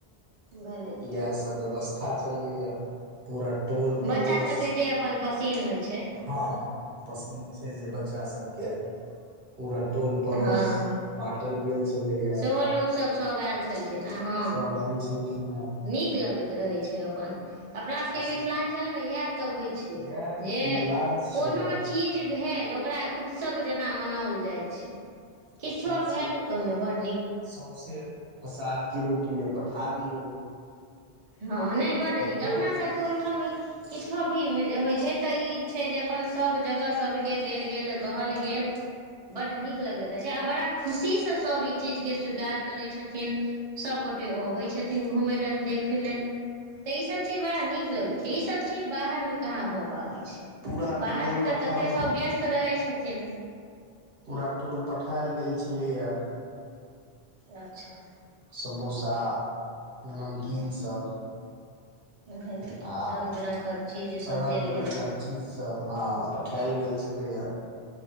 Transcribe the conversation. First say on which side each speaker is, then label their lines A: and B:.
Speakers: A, on the right (about 45°); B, on the right (about 70°).
A: भेलै कि
B: इहै सब व्यवस्था चलैया पूरा टोल
A: बच्चा
B: पड़ोस
A: सभके जे अपन पसिन्न होइ छै
B: हँ पसंद से जे बच्चा सब के पूरा टोल पड़ोस
A: हँ
B: बाँटल गेल छलैया
A: सेहो लोकसभ सभ ऐल छलखिन आ हँ
B: सब आयल छलखिन हेँ
A: नीक लगैत रहैत छै अपन अपना सबके
B: आस
A: मिथिलांनचल इ है तऽ होइ
B: इएह
A: छै।
B: रीति
A: जे
B: रिवाज छै
A: कोनो चीज भेल ओकरा उत्सव जेना मनोल जाय छै। किछो
B: आ सौंसे
A: भेल त ओहिमे ब
B: सौंसे प्रसाद के रूप मे पठा दियऔ
A: हँ नहि बड्ड नीक
B: टोल
A: अपना सबक ओहिठाम कि छ भी जे होइ छै। तऽ ई छै। जे अपन सभ जगह सभके देल गेल कहल गेल बड नीक लगैत रहै छै। आ बड़ा खुशी से सभ ई चीज के स्वीकार करैत छथिन सभ गोटे गोटे अबै छथिन घूम लेल देख देखे लेल ते इ सब चीज बड़ा नीक लगे छै। इ सब चीज बाहर में कहाँ भए पाबे छै। छै।
B: पूरा
A: बाहरमे
B: टोल पठाओल
A: तऽ ततेक सभ व्यस्त रहै छथिन
B: पूरा टोल पठायल गेल छलैया
A: अच्छा
B: समोसा नमकीन सभ
A: भेलै कि
B: आ
A: रङ्ग बिरङ्गके चीज सभ
B: रंग
A: देल
B: बिरंगगक
A: गेलै
B: चीज सब हँ प उठाएल गेल छलैय